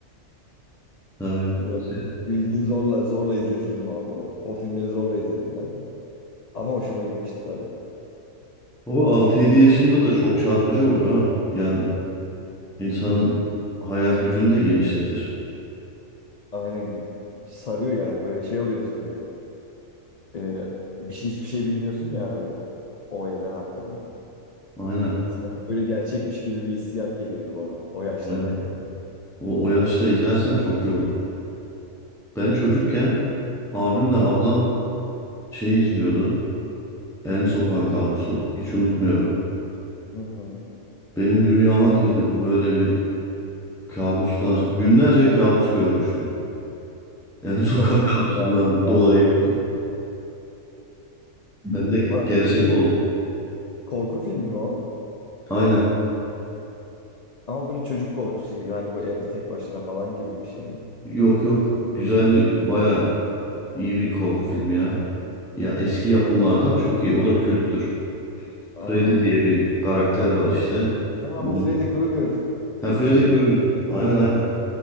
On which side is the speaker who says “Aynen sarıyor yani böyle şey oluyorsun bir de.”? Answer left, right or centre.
Left